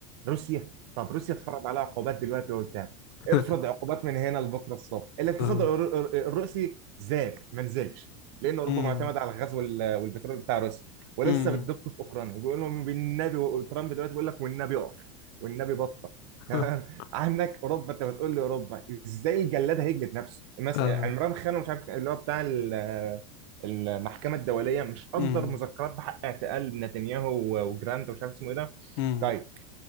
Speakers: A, on the right; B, on the left.
A: روسيا طب روسيا اتفرض عليها عقوبات دلوقتي وبتاع
B: <laughs>
A: افرض عقوبات من هنا لبكره الصبح الاقتصاد
B: آه.
A: الر- الر- الروسي زاد ما نزلش لان اوروبا
B: مم.
A: معتمده على الغاز وال- والبترول بتاع روسيا ولسه
B: مم.
A: بتدق في اوكرانيا وبيقول لهم بالنبي وترامب دلوقتي بيقول لك والنبي اقف والنبي بطل
B: <laughs>
A: <laughs> عندك اوروبا انت بتقول لي اوروبا ازاي الجلاد هيجلد نفسه مثلا
B: آه.
A: عمران خان مش عارف اللي هو بتاع ال- المحكمه الدوليه مش اصدر
B: مم.
A: مذكرات بحق اعتقال نتنياهو و- وجراند ومش عارف اسمه ايه ده
B: مم.
A: طيب